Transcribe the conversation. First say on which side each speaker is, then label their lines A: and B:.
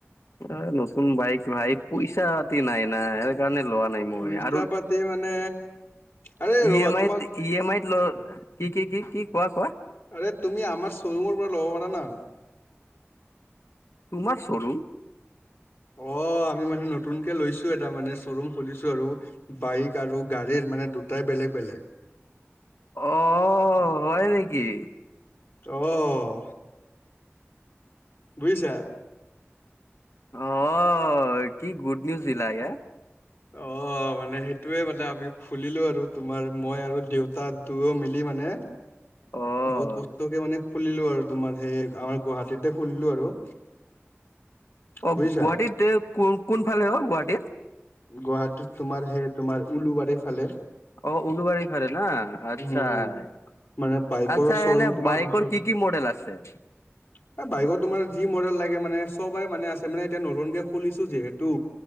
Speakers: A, on the left; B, on the left.
A: আ নতুন বাইক ভাই পইচা পাতি নাই না ওক সেইকাৰণে লোৱা নাই। মই
B: পইচা
A: আৰু
B: পাতি মানে। আৰে
A: ই
B: ৰ'বা
A: এম
B: তোমাক
A: আইত ই এম আইত ল' কি কি কি কি কোৱা কোৱা।
B: আৰে তুমি আমাৰ শ্ব'ৰুমৰ পৰা ল'ব পাৰা না
A: তোমাৰ শ্বৰুম?
B: অ' আমি মানে নতুনকে লৈছো এটা মানে শ্বৰুম খুলিছো আৰু। বাইক আৰু গাড়ীৰ মানে দুটাই বেলেগ বেলেগ।
A: অ' হয় নেকি?
B: অ' বুজিছা?
A: অ' কি গুড নিউজ দিলা এয়া।
B: অ' মানে সেইটোয়ে মানে আমি খুলিলো আৰু তোমাৰ মই আৰু দেউতা দুয়ো মিলি মানে
A: অ',
B: বহুত কষ্টকে মানে, খোলিলো আৰু তোমাৰ সেই আমাৰ গুৱাহাটীতে খোলিলো আৰু
A: অ'
B: বুজিছা
A: গুৱাহাটীত এ কোন কোন ফালে অ' গুৱাহাটীত?
B: গুৱাহাটীত তোমাৰ সেই তোমাৰ উলুবাৰীৰ ফালে।
A: অ' উলুবাৰী ফালে না আচ্ছাই।
B: উম উম মানে বাইকৰো
A: আচ্ছা,
B: শ্ব'ৰুম
A: এনে
B: তোমাৰ
A: বাইকৰ
B: ওচৰতে
A: কি কি মডেল আছে?
B: এ বাইকৰ তোমাৰ যি মডেল লাগে মানে চবাই মানে আছে মানে এতিয়া নতুনকে খুলিছো যিহেতু